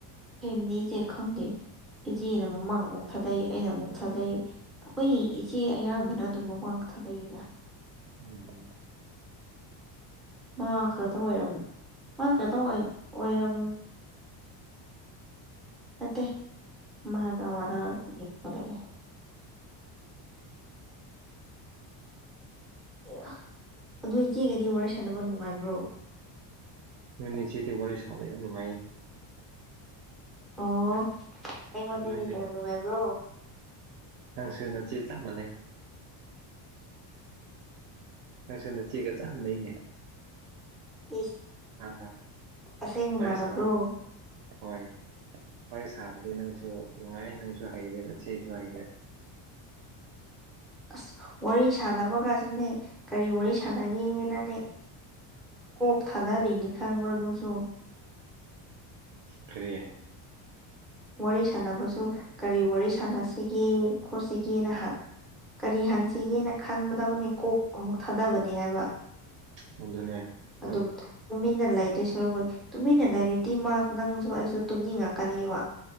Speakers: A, in the centre; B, on the right.
A: ꯐꯦꯃꯤꯅꯤꯖꯦ ꯈꯪꯗꯦ ꯏꯆꯦꯅ ꯃꯃꯥꯡ ꯑꯃꯨꯛ ꯊꯥꯗꯩ ꯑꯩꯅ ꯑꯃꯨꯛ ꯊꯥꯗꯩ꯫ ꯑꯩꯈꯣꯏꯒꯤ ꯏꯆꯦ ꯑꯌꯥꯝꯕꯅ ꯑꯗꯨꯝ ꯃꯃꯥꯡ ꯊꯥꯗꯒꯤꯗ꯫
B: ꯎꯝ꯫
A: ꯃꯥ ꯈꯠꯇ ꯑꯣꯏꯔꯝ ꯃꯥ ꯈꯠꯇ ꯑꯣꯏ ꯑꯣꯏꯔꯝ ꯅꯠꯇꯦ ꯃꯥꯒ ꯃꯅꯥꯎꯅꯨꯄꯤ ꯄꯣꯔꯛꯑꯦ꯫ ꯑꯦꯌꯥ ꯑꯗꯨ ꯏꯆꯦꯒꯗꯤ ꯋꯥꯔꯤ ꯁꯥꯟꯅꯕ ꯅꯨꯡꯉꯥꯏꯕ꯭ꯔꯣ꯫
B: ꯅꯣꯏ ꯅꯆꯦꯗꯤ ꯋꯥꯔꯤ ꯁꯕ ꯌꯥꯝ ꯅꯨꯡꯉꯥꯏꯌꯦ꯫
A: ꯑꯣ ꯑꯩꯉꯣꯟꯗꯒꯤ
B: ꯅꯣꯏ
A: ꯍꯦꯟꯅ ꯅꯨꯡꯉꯥꯏꯕ꯭ꯔꯣ꯫
B: ꯑꯪꯁꯨ ꯅꯆꯦ ꯆꯞꯃꯥꯟꯅꯩ꯫ ꯅꯪꯁꯨ ꯅꯆꯦꯒ ꯆꯞ ꯃꯥꯟꯅꯩꯅꯦ꯫
A: ꯏꯁ
B: ꯈꯪꯕ꯭ꯔꯥ
A: ꯑꯁꯦꯡꯕ
B: ꯋꯥꯔꯤ
A: ꯃꯥꯟꯅꯕ꯭ꯔꯣ꯫
B: ꯁꯥꯕ ꯍꯣꯏ ꯋꯥꯔꯤ ꯁꯥꯕꯗꯤ ꯅꯪꯁꯨ ꯅꯨꯡꯉꯥꯏ ꯅꯪꯁꯨ ꯍꯩꯔꯦ ꯅꯆꯦꯁꯨ ꯍꯩꯔꯦ꯫
A: ꯑꯁ ꯋꯥꯔꯤ ꯁꯥꯟꯅꯕꯒꯁꯤꯅꯦ ꯀꯔꯤ ꯋꯥꯔꯤ ꯁꯥꯟꯅꯒꯦꯅꯅꯦ ꯀꯣꯛ ꯊꯥꯗꯔꯤꯅꯤ ꯈꯪꯕ꯭ꯔ ꯑꯗꯨꯁꯨ꯫
B: ꯀꯔꯤꯌꯦ꯫
A: ꯋꯥꯔꯤ ꯁꯥꯟꯅꯕꯁꯨ ꯀꯔꯤ ꯋꯥꯔꯤ ꯁꯥꯟꯅꯁꯤꯒꯦ ꯈꯣꯠꯁꯤꯒꯦꯅ ꯍꯥ꯫ ꯀꯔꯤ ꯍꯥꯡꯁꯤꯒꯦꯅ ꯈꯟꯕꯗꯕꯨꯅꯤ ꯀꯣꯛ ꯑꯃꯨꯛ ꯊꯥꯗꯕꯅꯦ ꯍꯥꯏꯕ꯫
B: ꯑꯗꯨꯅꯦ ꯑꯗꯣ
A: ꯑꯗꯨꯝ꯫ ꯇꯨꯃꯤꯟꯅ ꯂꯩꯗꯣꯏ ꯁꯣꯔꯛꯕꯨꯗꯤ ꯇꯨꯃꯤꯟꯅ ꯂꯩꯔꯗꯤ ꯃꯥ ꯅꯪꯁꯨ ꯑꯩꯁꯨ ꯇꯨꯝꯅꯤꯡꯉꯛꯀꯅꯤꯕ꯫